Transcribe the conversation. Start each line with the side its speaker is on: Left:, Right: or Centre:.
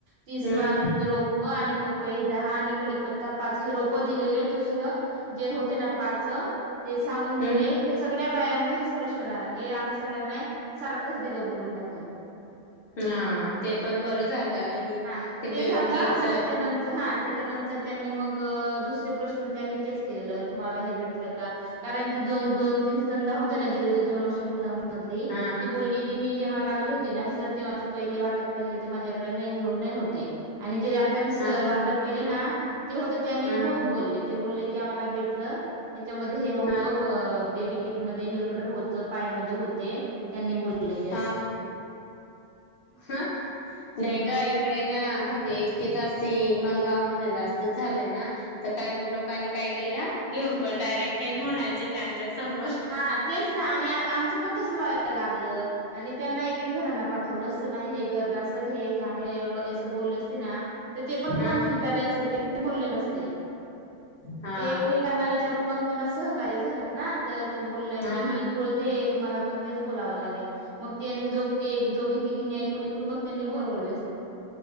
Right: तीस
Left: हम्म
Right: वांग्याचे रोप प आणि पपई दहा आणि कडी पत्ता पाच हे रोप प दिलेलं दुसर जे होते ना पाच ते सागून दिलय
Left: हम्म
Right: हे सग बायांना हेच प्रश्न रा हे आम्ही सगळ्यांना सारखंच दिलं बोलून टाकलं.
Left: ह हा ते पण
Right: हम्म
Left: बरं झालं आणि
Right: हा
Left: ते बेबी
Right: झालं
Left: किडच
Right: मग त्याच्यानंतर हा त्याच्यानंतर त्यांनी मग दुसरे प्रश्न त्यांनी तेच केलेलं तुम्हाला हे भेटलं का कारण की दोन दोन दिस त्यांचं होत ना जी दोन वर्षे मुलांमधली
Left: हा
Right: ती बोलली की मी तेव्हा लागली होती ना सर तेव्हा आता पहिले वाटप केले ते माझ्याकडे नाही येऊन नाही होते आणि जे आ आता मी स्
Left: हा
Right: वाटप केले ना ते होते
Left: हा
Right: हो बोलले ते बोलले की आम्हाला भेटल त्याच्यामध्ये हे होतं
Left: हा
Right: व बेबी किट मध्ये नीलकटर होत. पाय मोजे होते त्यांनी बोलेले तेच
Left: हा हा नाही
Right: हम्म
Left: का इकडे म्हणजे इतके जास्ती मलगाव म जास्ती झाले ना तर काही लोकांनी काय केल ल्या घेऊन पण डायरेक्ट नाही म्हणायच त्यांच्या समोर
Right: हा तेच ना आणि आमचं पण तस वा लागलं आणि त्यांना एक एक जणांना पाठवलं अस नाही हे गरज सर हे हे आहे एवढ अस बोलले ते पण
Left: हा
Right: कन्फ्युज झाले असते ते पण बोलले नसते
Left: हा
Right: ते एकमेकांना विचारून मग त्यांना सहकार्य झाल्यात ना तर ते बोला हे
Left: हा
Right: ही बोलते मला पण तेच बोलावं लागेलं मग त्येनी दोग ती एक दोघी ति गिन ऐकून एकऐकून मग त्यांनी बरोबर बेस